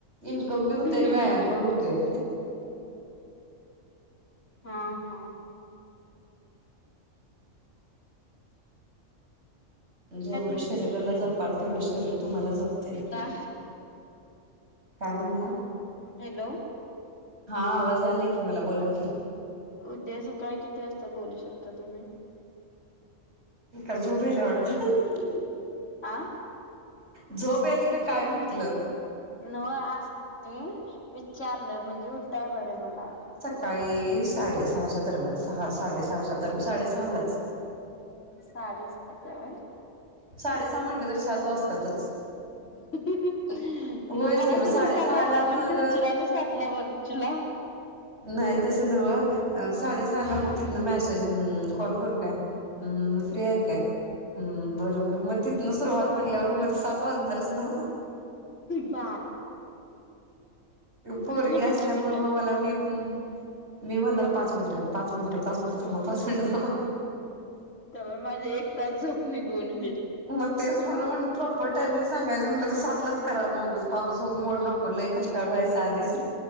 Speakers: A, on the right (about 55°); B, on the left (about 65°).
A: इन्कम बी होतय
B: हम्म
A: आणि व्यायाम पण होतेय.
B: हा हा
A: जेवढ
B: किती
A: शरीराला जपाल तेवढ शरीर तुम्हाला जपतय.
B: वाजता
A: काय म्हणला
B: हॅलो
A: हा आवाज यांलाय की मला बोला की
B: उद्याचा काय किती वाजता बोलु शकता तुम्ही
A: का झोप याल्या वाटत.
B: आं.
A: झोप यायलीय का काय म्हटलं.
B: नव असुदी विचारलं म्हणजे उटाय बरं मला.
A: काही साडे सहाच्या दरम्यान सहा साडे सहाच्या दरम्यान साडे सहालाच
B: साडे सहाच्या व्हय
A: साडेसहा म्हटल तरी सात वाजत्यातच.
B: मग
A: होयच
B: मला
A: कि मग साडेसहाला
B: तुमी सहाला उठवून
A: मग
B: ठेवचीला आणि सातला बोलचीला.
A: नाही तसं न्हव. साडेसहाला मग तिथन मॅसेज कॉल करू काय हम्म. फ्री हाय काय? हम्म बरोबर मग तिथन सुरुवात म्हटल्यावर मध्ये सात वाजणारच नव्ह
B: बा
A: पोरगी
B: आणि
A: असल्यामुळ
B: किती मिनिटं
A: मग मला बी हम्म मी म्हणणार पाच मिनटं पाच मिनिटं पाच मिनटं थांबा पाच मिनिटं थांबा
B: तवर माजी एक तास झोप निघून व्हील.
A: मग तेच म्हणून म्हटलं प्रॉपर टायमिंग सांगायचं म्हटलं तर, सातलाच करा मगच पाप झोप मोड नको लय कष्ट <unintelligible> आधीच